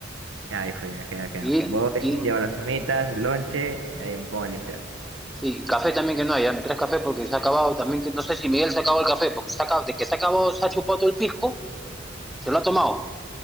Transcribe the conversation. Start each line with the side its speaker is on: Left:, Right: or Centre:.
Right: Ya, viejo, ya, queda, queda.
Centre: Y,
Right: Voy,
Centre: y
Right: llevo las humitas, el lonche, y ahí me pongo a limpiar.
Centre: sí, café también que no hay. Ya me traes café porque se ha acabado. También que no sé si Miguel se acabó el café, porque se ha de que se ha acabado, se ha chupado todo el pisco, se lo ha tomado.